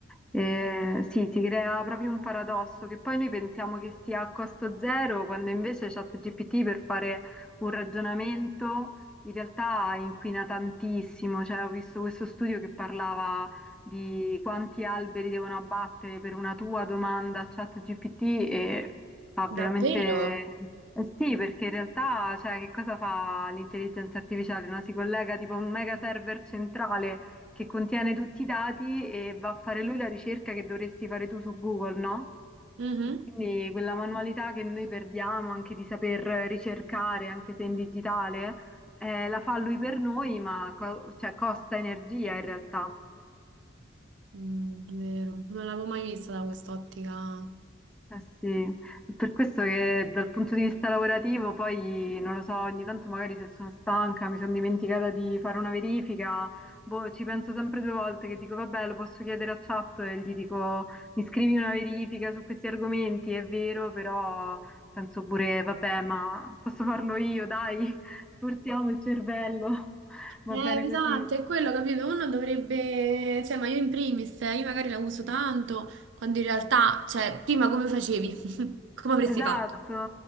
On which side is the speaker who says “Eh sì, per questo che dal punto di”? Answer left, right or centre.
Centre